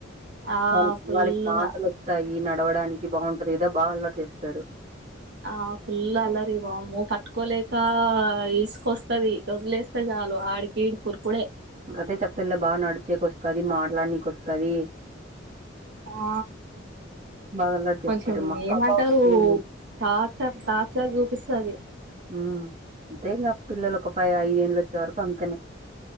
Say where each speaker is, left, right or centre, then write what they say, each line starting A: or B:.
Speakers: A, on the right; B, on the right.
A: ఆ
B: వా
A: ఫుల్లుగా
B: వాళ్ళకి మాటలోస్తాయి నడవడానికి బాగుంటది కదా బాగా అల్లరి చేస్తారు
A: ఆ ఫుల్ అల్లరి వామ్మో పట్టుకోలేక ఈసుకొస్ స్తది వదిలేస్తే చాలు ఆడికిడికి ఉరు కూడే
B: గతే చెప్తల్లో బాగా నడుచేకొస్తంది మాట్లాడనీకొస్తది
A: ఆ
B: బాగా అల్లరి చేస్తారు
A: కొంచెం
B: మా
A: ఏమంటారు
B: పాప సేమ్ ఏజ్
A: టచ్ టార్చర్ చూపిస్తది
B: మ్ అంతేగా పిల్లలు ఒక పై ఐదేళ్ళోచ్చే వరకు అంతనే